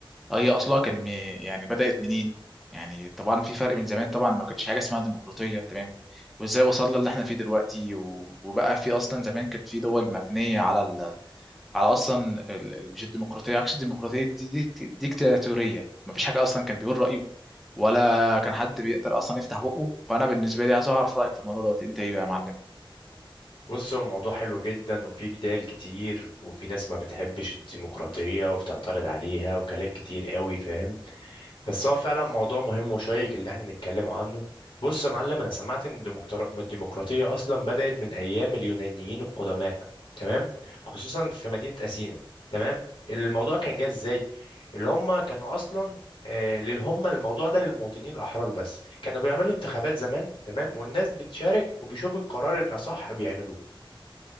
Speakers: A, in the centre; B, on the left.
A: آه، هي اصلها كان م- يعني بدأت منين يعني طبعا في فرق من زمان طبعا ما كانتش حاجه اسمها ديمقراطيه تمام وازاي وصلنا اللي احنا فيه دلوقتي و- وبقى في اصلا زمان كانت في دول مبنيه على ال... على اصلا ال... ال- مش الديمقراطيه عكس الديمقراطيه دي, دي دي- ديكتاتوريه ما فيش حاجه اصلا كان بيقول رايه ولا كان حد بيقدر اصلا يفتح بقه فانا بالنسبه لي عايز اعرف رايك في الموضوع دوت انت ايه بقى يا معلم
B: بص هو الموضوع حلو جدا وفي جدال كتير وفي ناس ما بتحبش الديمقراطية وبتعترض عليها وكلام كتير قوي فاهم بس هو فعلا موضوع مهم وشيق اللي احنا نتكلم عنه بص يا معلم انا سمعت ان الديمقرا- الديمقراطية اصلا بدأت من ايام اليونانيين القدماء تمام خصوصا في مدينة أثينا تمام الموضوع كان جه ازاي اللي هم كانوا اصلا آه، لل- هم الموضوع ده للمواطنين الأحرار بس كانوا بيعملوا انتخابات زمان تمام والناس بتشارك وبيشوف القرار الأصح بيعملوه